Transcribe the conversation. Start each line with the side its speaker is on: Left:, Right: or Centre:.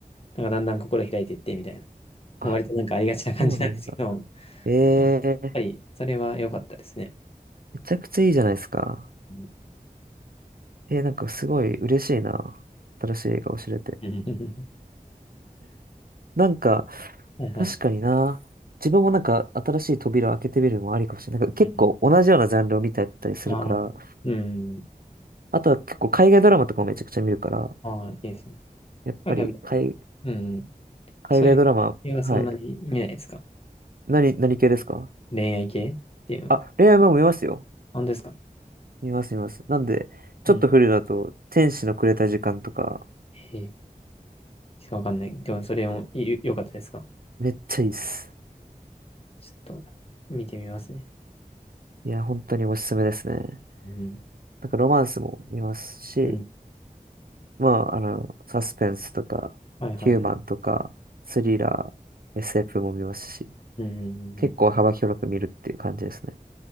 Left: なんかだんだん心開いていって、みたいな。
Right: あ、
Left: まあ割となんかありがちな感じなんですけど、
Right: そうなんだ。
Left: うん
Right: え
Left: やっぱり、
Right: えー、
Left: それは良かったですね。
Right: めちゃくちゃいいじゃないですか。
Left: うん
Right: えー、なんかすごい嬉しいな。新しい映画を知れて。
Left: うん
Right: なんか、
Left: はいはい。
Right: 確かにな。自分もなんか新しい扉を開けてみるのもありかもしれない。なんか結構同じようなジャンルを見てたりするから、
Left: うんああ、うん。
Right: あとは結構海外ドラマとかもめちゃくちゃ見るから、
Left: ああ、いいですね。
Right: やっぱり海、
Left: なんかやっぱりうん。
Right: 海外ドラマ、
Left: そういう系はそんなに見ないですか
Right: はい。何、何系ですか
Left: 恋愛系っていうのは。
Right: あ、恋愛も見ますよ。
Left: 本当ですか
Right: 見ます見ます。なんで、ちょっと古いだと、
Left: うん。
Right: 天使のくれた時間とか、
Left: へえちょっとわかんない。でも、それもい良かったですか
Right: めっちゃいいっす。
Left: ちょっと、見てみますね。
Right: いや、本当におすすめですね。
Left: うん。
Right: なんかロマンスも見ますし、
Left: うん。
Right: まあ、あの、サスペンスとか、
Left: はいはいはい。
Right: ヒューマンとか、スリラー、SF も見ますし、
Left: うん。うんうんう
Right: 結構幅広く見るっていう感じですね。